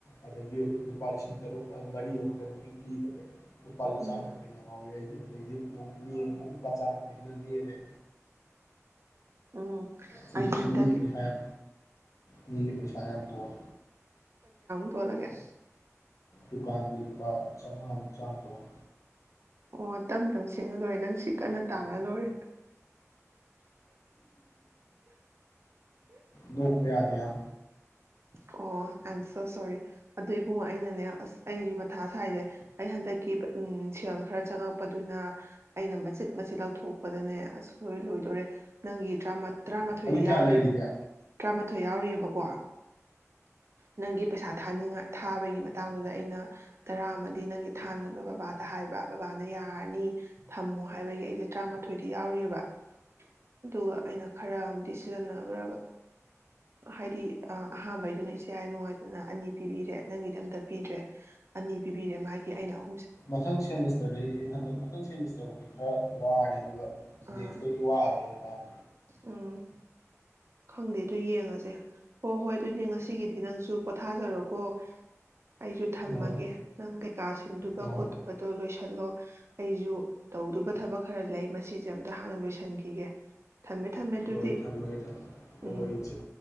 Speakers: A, on the left; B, on the right.
A: ꯑꯗꯒꯤ ꯂꯨꯄꯥ ꯂꯤꯁꯤꯡ ꯇꯔꯨꯛ ꯃꯔꯤ ꯑꯃ ꯀꯩꯅꯣꯒꯤ ꯄꯤꯒꯔꯦ꯫ ꯂꯨꯄꯥ
B: ꯎꯝ
A: ꯆꯥꯝꯃ ꯌꯪꯈꯩ ꯂꯦꯝꯍꯧꯏ ꯑꯧꯒꯤ꯫ ꯑꯗꯩꯗꯤ ꯅꯣꯡ ꯅꯤ-ꯅꯤ ꯑꯃꯨꯛ ꯂꯨꯄꯥ ꯆꯥꯝ ꯌꯪꯈꯩꯗꯨꯅ ꯂꯦꯝꯑꯦ꯫
B: ꯎꯝ
A: ꯍꯧꯖꯤꯛꯁꯨ
B: ꯑꯩꯗꯤ ꯍꯟꯗꯛꯀꯤ
A: ꯃꯤꯒꯤ ꯄꯩꯁꯥ ꯌꯥꯝ ꯃꯤꯒꯤ ꯄꯩꯁꯥ ꯌꯥꯝ ꯇꫭꯟ
B: ꯇꯣ ꯂꯒꯦ
A: ꯗꯨꯀꯥꯟꯒꯤ ꯂꯨꯄꯥ ꯆꯥꯝꯃꯉꯥꯃꯨꯛ ꯆꯥꯡ ꯇꫭꯟ
B: ꯑꯣ ꯇꯝ ꯇꯝ ꯁꯤꯡꯑ ꯂꯣꯏꯔꯦ ꯅꯪ ꯁꯤ ꯀꯟꯅ ꯇꯥꯒ ꯂꯣꯏꯔꯦ꯫
A: ꯅꫭꯛꯄ ꯌꯥꯗꯦ ꯌꯥꯝ꯫
B: ꯑꯣ ꯑꯥꯏ ꯑꯦꯝ ꯁꯣ ꯁꯣꯔꯤ ꯑꯗꯨ ꯏꯕꯨꯡꯉ ꯑꯩꯅꯅꯦ ꯑꯁ ꯑꯩꯁꯨ ꯃꯊꯥ ꯁꯥꯏꯖꯦ ꯑꯩ ꯍꯟꯗꯛꯀꯤ ꯄ ꯝꯝ ꯁꯦꯜ ꯈꯔ ꯆꯪꯉꯛꯄꯗꯨꯅꯥ ꯑꯩꯅ ꯃꯆꯤꯠ ꯃꯆꯦꯠ ꯂꯧꯊꯣꯛꯄꯗꯅꯦ ꯑꯁ ꯂꯣꯏ ꯂꯣꯏꯗꯣꯔꯦ ꯅꯪꯒꯤ ꯇꯔꯥꯃ ꯇꯔꯥꯃꯥꯊꯣꯏꯗ
A: ꯑꯗꯨ ꯀꯌꯥ
B: ꯌꯥꯎꯔꯤꯕ
A: ꯂꯩꯔꯤꯒꯦ
B: ꯇꯔꯥ ꯊ ꯌꯥꯎꯔꯤꯑꯕꯀꯣ ꯅꯪꯒꯤ ꯄꯩꯁꯥ ꯊꯥꯅꯤꯡꯉꯥꯏ ꯊꯥꯕꯒꯤ ꯃꯇꯥꯡꯗꯨꯗ ꯑꯩꯅ ꯇꯔꯥ ꯑꯃꯗꯤ ꯅꯪꯒꯤ ꯊꯥꯅꯕ ꯕꯕꯥꯗ ꯍꯥꯏꯕ ꯕꯕꯥꯅ ꯌꯥꯔꯅꯤ ꯊꯝꯃꯣ ꯍꯥꯏꯕꯒꯤ ꯑꯩꯁꯦ ꯇꯔꯥꯃꯥꯊꯣꯏꯗꯤ ꯌꯥꯎꯔꯤꯑꯕ ꯑꯗꯨꯒ ꯑꯩꯅ ꯈꯔ ꯑꯃꯗꯤ ꯁꯤꯖꯤꯟꯅꯈ꯭ꯔꯕ ꯍꯥꯏꯗꯤ ꯑ ꯑꯍꯥꯝꯕꯩꯗꯨꯅ ꯏꯆꯦ ꯑꯥꯏ ꯅꯨꯡꯉꯥꯏꯇꯅ ꯑꯅꯤ ꯄꯤꯕꯤꯔꯦ ꯅꯪꯒꯤꯗꯤ ꯑꯝꯇ ꯄꯤꯗ꯭ꯔꯦ ꯑꯅꯤ ꯄꯤꯕꯤꯔꯦ ꯃꯥꯒꯤ ꯑꯩꯅ ꯑꯍ
A: ꯃꯊꯪ ꯁꯦꯃꯤꯁꯇꯔꯗꯩꯗꯤ ꯍꯟꯗꯛ ꯃꯊꯪ ꯁꯦꯃꯤꯁꯇꯔꯕꯨꯗꯤ ꯈꯔ ꯋꯥꯔ ꯑꯗꯨꯒ
B: ꯑꯥ
A: ꯅꯦꯛꯁꯇꯩꯗꯤ ꯋꯥꯔꯔꫭꯏꯗ ꯀꯥꯏ
B: ꯎꯝ ꯈꯪꯗꯦ ꯑꯗꯨ ꯌꯦꯡꯉꯁꯦ ꯍꯣꯏ ꯍꯣꯏ ꯑꯗꯨꯗꯤ ꯉꯁꯤꯒꯤꯗꯤ ꯅꯪꯁꯨ ꯄꯣꯊꯥꯖꯔꯣꯀꯣ꯫ ꯑꯩꯁꯨ ꯊꯝꯃꯒꯦ
A: ꯍꯣꯏ
B: ꯅꯪꯒꯤ ꯀꯥ ꯁꯤꯟꯗꯨꯕ
A: ꯍꯣꯏ
B: ꯈꯣꯠꯇꯨꯕꯗꯣ ꯂꯣꯏꯁꯤꯜꯂꯣ ꯑꯩꯁꯨ ꯇꯧꯗꯨꯕ ꯊꯕꯛ ꯈꯔ ꯂꯩ ꯃꯁꯤꯁꯦ ꯑꯝꯇ ꯍꯥꯟꯅ ꯂꯣꯏꯁꯤꯟꯈꯤꯒꯦ ꯊꯝꯃꯦ ꯊꯝꯃꯦ꯫ ꯑꯗꯨꯗꯤ
A: ꯍꯣꯏ ꯊꯝꯃꯒꯦ ꯊꯝꯃꯒꯦ꯫ ꯍꫭꯏ
B: ꯎꯝ
A: ꯍꫭꯏ ꯏꯆꯦ꯫